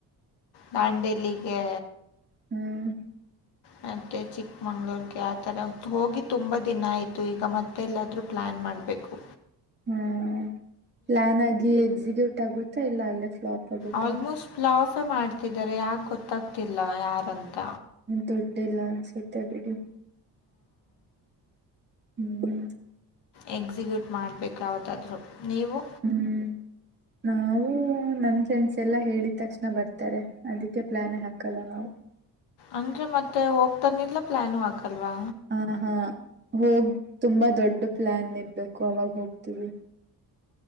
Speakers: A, on the left; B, on the right.
A: ದಾಂಡೇಲಿಗೆ
B: ಹ್ಮ್
A: ಮತ್ತೆ ಚಿಕ್ಕಮಂಗ್ಳೂರ್ಗೆ ಆ ಥರ ಹೋಗಿ ತುಂಬ ದಿನ ಆಯ್ತು ಈಗ ಮತ್ತೆಲ್ಲಾದ್ರೂ ಪ್ಲಾನ್ ಮಾಡ್ಬೇಕು
B: ಹ್ಮ್ ಪ್ಲಾನ್ ಆಗಿ ಎಕ್ಸಿಕ್ಯೂಟ್ ಆಗುತ್ತೆ ಇಲ್ಲ ಅಲ್ಲ ಫ್ಲಾಪ್ ಆಗುತ್ತಾ
A: ಆಲ್ಮೋಸ್ಟ್ ಫ್ಲಾಪ್ ಮಾಡ್ತಿದಿದ್ದಾರೆ ಯಾಕ್ ಗೊತ್ತಾಗ್ತಿಲ್ಲ ಯಾರಂಥ
B: ದುಡ್ಡಿ ಇಲ್ಲ ಅನ್ಸುತ್ತೆ ಬಿಡಿ <inaudible> ಹ್ಮ್
A: ಎಕ್ಸಿಕ್ಯೂಟ್ ಮಾಡ್ಬೇಕಾವತ್ತಾದ್ರು ನೀವು
B: ಹ್ಮ್ ನಾವು ನನ್ನ ಫ್ರೆಂಡ್ಸ್ ಎಲ್ಲ ಹೇಳಿದ ತಕ್ಷಣ ಬರ್ತಾರೆ ಅದಕ್ಕೆ ಪ್ಲಾನ್ ಹಾಕಲ್ಲ ನಾವು
A: ಅಂದ್ರೆ ಮತ್ತೆ ಹೋಗ್ತಾನಿಲ್ಲ ಪ್ಲಾಾನು ಅಕಲ್ವಾ
B: ಹಾ ಹಾ ಹೋಗ್ ತುಂಬಾ ದೊಡ್ಡ ಪ್ಲಾನ್ ಇರ್ಬೇಕು ಅವಾಗ ಹೋಗ್ತೀವಿ